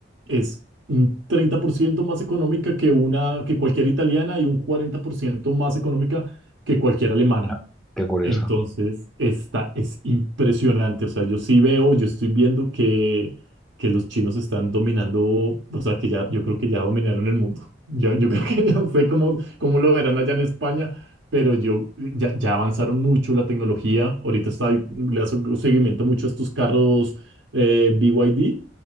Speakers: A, on the right; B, in the centre.
A: es un 30% más económica que, una, que cualquier italiana y un 40% más económica que cualquier alemana.
B: Ah, Qué curioso.
A: Entonces, esta es impresionante. O sea, yo sí veo, yo estoy viendo que, que los chinos están dominando, o sea, que ya, yo creo que ya dominaron el mundo. <laughs> Ya, yo creo que <laughs> ya no sé cómo, cómo lo verán allá en España, pero yo, ya, ya avanzaron mucho la tecnología. Ahorita está, le hace un seguimiento mucho a estos carros eh, BYD.